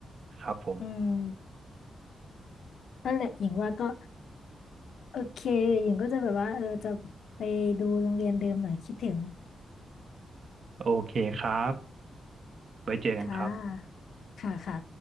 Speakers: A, on the right (about 50°); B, on the left (about 70°).
A: ครับผม
B: อืมนั่นแหละหญิงว่าก็โอเคหญิงก็จะแบบว่าเออจะไปดูโรงเรียนเดิมหน่อยคิดถึง
A: โอเคครับไว้เจอกันครับ
B: ค่ะค่ะค่ะ